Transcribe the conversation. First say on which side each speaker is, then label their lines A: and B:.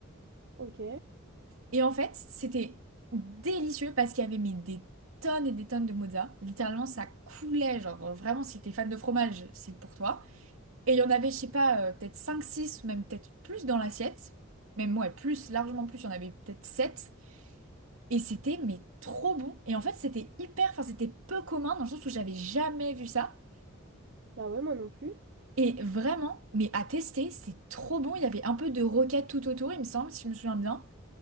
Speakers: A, on the right; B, on the right.
A: Ok.
B: Et en fait, c'était délicieux parce qu'il y avait mis des tonnes et des tonnes de mozza. Littéralement, ça coulait. Genre, euh, vraiment, si t'es fan de fromage, c'est pour toi. Et il y en avait, je sais pas, euh, peut-être 5, 6, ou même peut-être plus dans l'assiette. Même, ouais, plus, largement plus. Il y en avait peut-être 7. Et c'était, mais trop bon. Et en fait, c'était hyper, enfin, c'était peu commun dans le sens où j'avais jamais vu ça.
A: Bah ouais, moi non plus.
B: Et vraiment, mais à tester, c'est trop bon. Il y avait un peu de roquette tout autour, il me semble, si je me souviens bien.